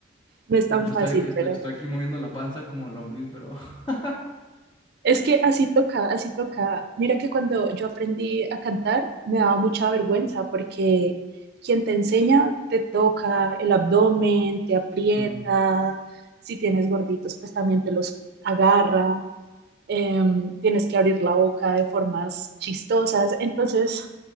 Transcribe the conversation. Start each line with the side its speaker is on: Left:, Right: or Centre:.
Right: No es tan
Left: Yo
Right: fácil,
Left: estoy aquí, estoy,
Right: pero
Left: estoy aquí moviendo la panza como lombriz, pero. <laughs>
Right: Es que así toca, así toca. Mira que cuando yo aprendí a cantar me daba mucha vergüenza porque quien te enseña te toca el abdomen, te aprieta,
Left: Mm.
Right: si tienes gorditos pues también te los agarra, em, tienes que abrir la boca de formas chistosas, entonces